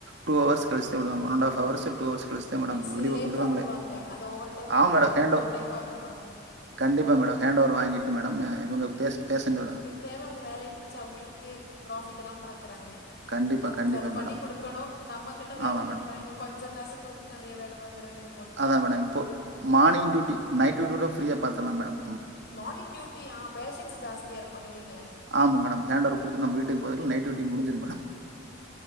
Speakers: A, on the right; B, on the left.
A: டூ அவர்ஸ் கழுச்சு தா விடுவாங்க ஒன்னன்டாஃப் அவர்ஸ் டூ அவர்ஸ் கழுச்சு இல்ல மேடம்
B: மீன்ஸ்
A: வெளில
B: லேட்டா
A: விடுவாங்களே
B: விடுவாங்க அந்த ஓவர் டைம் இருந்தாலு
A: ஆமா மேடம் ஹேண்டோர்
B: ஓவர் டைம் பாக்க வைப்பாங்க
A: கண்டிப்பா மேடம் ஹேண்ட் ஓவர் வாங்கிட்டு மேடம் இவங்க பே பேசண்ட விட
B: தேவ அவங்க வேலய முடிச்சு அவங்களுக்கு ப்ராஃபிட்டு் தா பாக்குறாங்க
A: கண்டிப்பா
B: அவங்களுக்கு
A: கண்டிப்பா
B: அது பண்ணி
A: மேடம்
B: குடுக்கணு நம்ம கிட்ட வேல
A: ஆமா
B: வாங்குறாங்க
A: மேடம்
B: கொஞ்சோ காச குடுத்து நெறய வேல வாங்குறாங்க இ
A: அதா மேடம் இப்போ மார்னி்ங் டியூட்டி நைட் டியூட்டிடோட ஃப்ரீயா பாத்துர்லா மேடம்
B: மார்னிங் டியூட்டியா பேஷன்ட் ஜாஸ்தியா இருப்பாங்க இல்லைங்க
A: ஆமா மேடம் ஹேண்டர் குடுத்துட்டு நம்ம வீட்டுக்கு போகயில நைட் டூட்டி முடிஞ்சிடு மேடம்